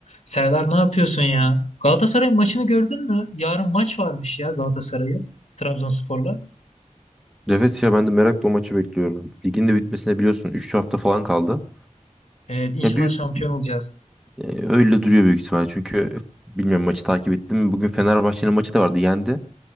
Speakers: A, on the left; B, in the centre.
A: Serdar ne yapıyorsun ya? Galatasaray maçını gördün mü? Yarın maç varmış ya Galatasaray'ın Trabzonspor'la.
B: Evet ya ben de merakla o maçı bekliyorum. Ligin de bitmesine biliyorsun 3 hafta falan kaldı.
A: Evet inşallah
B: Ya büyük
A: şampiyon olacağız.
B: e, öyle duruyor büyük ihtimalle. Çünkü f- bilmiyorum maçı takip ettim mi? Bugün Fenerbahçe'nin maçı da vardı. Yendi.